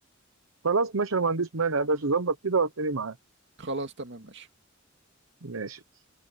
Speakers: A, on the right; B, on the right.
A: خلاص ماشي انا ما عنديش مانع يا باشا ظبط كده وهتلاقيني معاك
B: خلاص تمام ماشي
A: ماشي